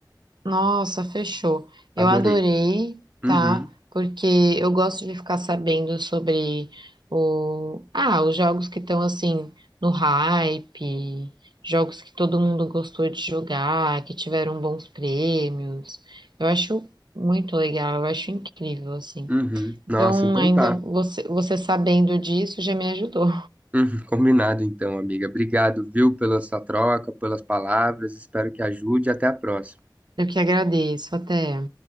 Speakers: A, on the right; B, on the right.
A: Nossa, fechou. Eu
B: Adorei.
A: adorei,
B: Uhum,
A: tá? Porque eu gosto de ficar sabendo sobre o... ah, os jogos que estão assim no hype, jogos que todo mundo gostou de jogar, que tiveram bons prêmios. Eu acho muito legal, eu acho incrível assim.
B: uhum.
A: Então,
B: Nossa, então
A: ainda
B: tá.
A: você, você sabendo disso já me ajudou.
B: Uhum, <laughs> combinado então, amiga. Obrigado, viu, pela sua troca, pelas palavras. Espero que ajude. Até a próxima.
A: Eu que agradeço. Até.